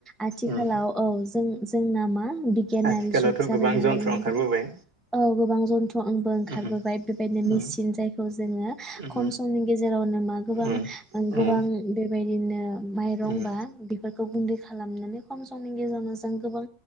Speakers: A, in the centre; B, on the right (about 30°).
A: आथिखालाव
B: उम
A: औ जोंना मा बिगियानारि
B: आथिखालावथ'
A: जुग जाबाय
B: गोबां
A: नालाय
B: जन्थ्र
A: नोंथां
B: ओंखारबोबाय
A: औ गोबां जन्थ्र'बो ओंखारबोबाय
B: उम
A: बेबायदिनो मेचिन
B: उम
A: जायखौ जोंङो
B: उम
A: खम समनि गेजेरावनो मा गोबां
B: उम
A: गोबां
B: औ
A: बेबाय दिनो। माइरं
B: उम
A: बा बेफोरखौ गुन्दै खालामनानै खम समनि <unintelligible> जों गोबां